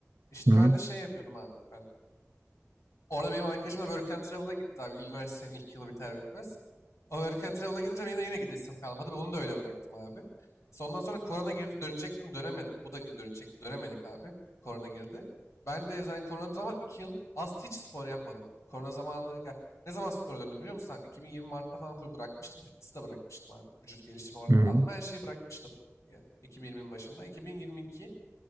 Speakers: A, on the left; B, on the right.
A: İşte
B: hı hı,
A: ben de şey yapıyordum abi. Ben Orada benim arkadaşım da Work and Travel'a gitti abi. Üniversitenin ilk yılı biter bitmez. O Work and Travel'a gidince benim de yine gidesim kalmadı. Onu da öyle bıraktım abi. Sondan sonra korona girdi dönecektim dönemedim. Bu da dönecekti dönemedik abi. Korona girdi. Ben de zaten korona zaman 2 yıl az hiç spor yapmadım. Korona zamanı ya ne zaman spora döndüm biliyor musun abi? 2020 Mart'ta falan full bırakmıştım. Fitness'i de bırakmıştım abi. Vücut geliştirme, ağırlık
B: hı
A: kaldırma her şeyi bırakmıştım. Ya, 2020'nin başında. 2022